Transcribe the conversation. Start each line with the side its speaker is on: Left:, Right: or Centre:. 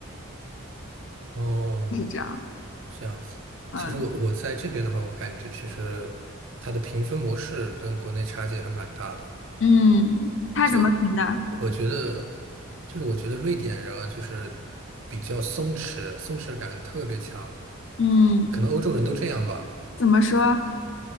Right: 哦，
Left: <laughs> 是这样，
Right: 这样子。
Left: 嗯
Right: 其实我我在这边的话，我感觉其实它的评分模式跟国内差距还蛮大的。
Left: 嗯，他怎么评的？
Right: 就我觉得，就是我觉得瑞典人啊，就是比较松弛，松弛感特别强，
Left: 嗯，
Right: 可能欧洲人都这样吧。
Left: 怎么说